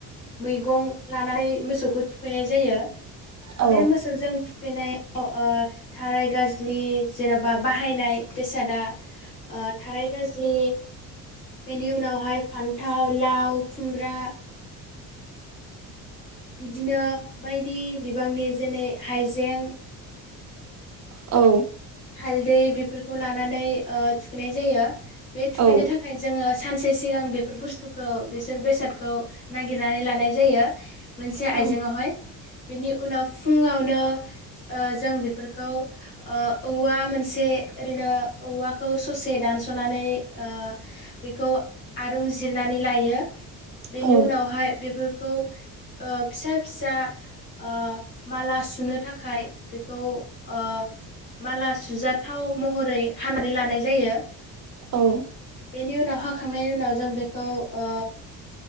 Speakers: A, on the left (about 80°); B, on the right (about 35°).
A: मैगं लानानै मोसौखौ थुखैनाय जायो ।
B: औ
A: बे मोसौजों थु थुखैनायाव ओ थाराय गाज्लि जेनबा बाहायनाय बेसादा औ थाराय गाजिलि बेनि उनावहाय फान थाव लाव खुमब्रा बिदिनो बायदि बिबांनि जेने हाइजें
B: औ
A: हालदै बेफोरफोरखौ लानानै ओ थुखैनाय जायो । बे थुखैनो
B: औ
A: थाखाय जोङो सानसे सिगां बेफोर बुस्थुखौ बेसोर बेसादखौ नागिरनानै लानाय जायो । मोनसे
B: औ
A: आइजेंआवहाय । बेनि उनाव फुङावनो ओ जों बेफोरखौ ओ औवा मोनसे ओरैनो औवाखौ ससे दानस'नानै ओ बेखौ आरुं जिरनानै लायो बेनि
B: औ
A: उनावहाय बेफोर बेखौ फिसा फिसा ओ माला सुनो थाखाय बेखौ ओ माला सुजाथाव महरै हानानै लानाय जायो ।
B: औ
A: बेनि उनाव हाखांनायनि उनाव जों बेखौ ओ